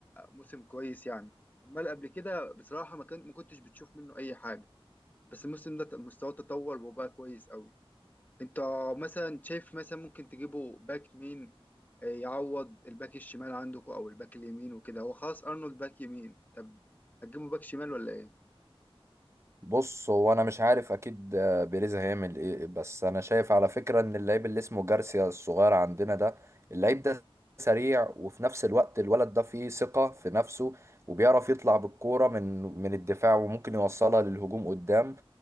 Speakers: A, on the left; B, on the right.
A: موسم كويس يعني أمال قبل كده بصراحة ما كان ما كنتش بتشوف منه أي حاجة بس الموسم ده مستواه تطور وبقى كويس قوي أنت مثلا شايف مثلا ممكن تجيبه باك مين يعوض الباك الشمال عندكم او الباك اليمين وكده هو خلاص ارنولد باك يمين طب هتجيبوا باك شمال ولا ايه
B: بص هو انا مش عارف اكيد آه، بيريز هيعمل ايه بس انا شايف على فكره ان اللعيب اللي اسمه جارسيا الصغير عندنا ده اللعيب ده سريع وفي نفس الوقت الولد ده فيه ثقه في نفسه وبيعرف يطلع بالكوره من من الدفاع وممكن يوصلها للهجوم قدام